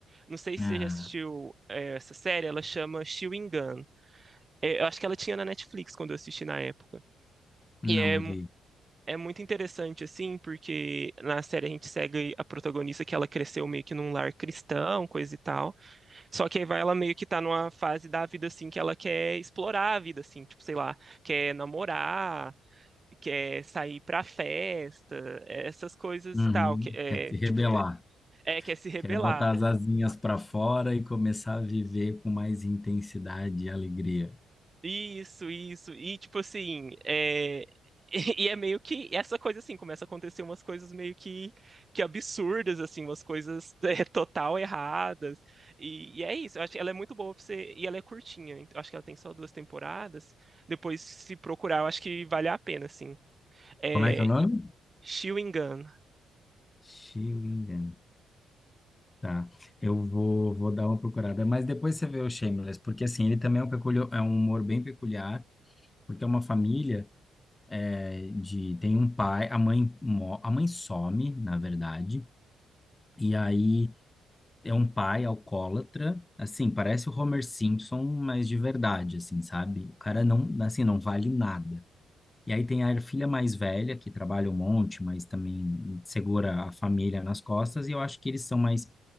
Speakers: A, on the right (about 30°); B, on the left (about 20°).
A: Não sei se
B: Ah,
A: você já assistiu é, essa série, ela chama Chewing Gun. É, eu acho que ela tinha na Netflix quando eu assisti na época.
B: não
A: E é, mu-
B: vi.
A: é muito interessante, assim, porque na série a gente segue a protagonista que ela cresceu meio que num lar cristão, coisa e tal. Só que aí vai ela meio que tá numa fase da vida, assim, que ela quer explorar a vida, assim, tipo, sei lá, quer namorar que é sair pra festa, essas coisas
B: Uhum.
A: e tal, que é,
B: Quer se rebelar.
A: tipo, é, quer se rebelar.
B: Quer botar as asinhas para fora e começar a viver com mais intensidade e alegria.
A: Isso, isso, e tipo assim, é, <laughs> e é meio que essa coisa assim, começa a acontecer umas coisas meio que, que absurdas, assim, umas coisas <laughs> é, total erradas. E, e é isso, eu acho que ela é muito boa pra você. E ela é curtinha, eu acho que ela tem só duas temporadas. Depois, se procurar, eu acho que vale a pena, assim. É,
B: Como é que é o nome?
A: e- Chewing Gun.
B: Chewing Gum. Tá, eu vou, vou dar uma procurada, mas depois você vê o Shameless, porque assim, ele também é um, peculio- é um humor bem peculiar, porque é uma família é, de, tem um pai, a mãe, mo- a mãe some, na verdade, e aí é um pai alcoólatra, assim, parece o Homer Simpson, mas de verdade, assim, sabe? O cara não, assim, não vale nada. E aí tem a filha mais velha, que trabalha um monte, mas também segura a família nas costas, e eu acho que eles são mais